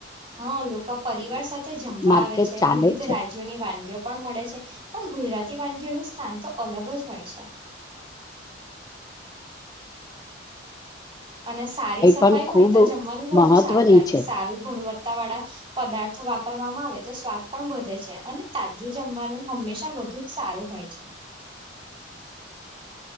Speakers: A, on the right; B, on the left.
A: હ, લોકો પરિવાર સાથે જમવા
B: માર્કેટ
A: આવે છે.
B: ચાલે
A: વિવિધ
B: છે
A: રાજ્યોની વાનગીઓ પણ મળે છે, પણ ગુજરાતી વાનગીઓનું સ્થાન તો અલગ જ હોય, છે <inaudible> અને સારી સફાઈ
B: પણ
A: હોય,
B: ખૂબ
A: તો જમવાનું વધુ
B: મહત્વની
A: સારુ લાગે
B: છે
A: સારુ ગુણવ તા વાળા પદાર્થો વાપરવામાં આવે તો સ્વાદ પણ વધે છે, અને તાજું જમવાનું હંમેશા બધુ જ સારુ, હોય છે.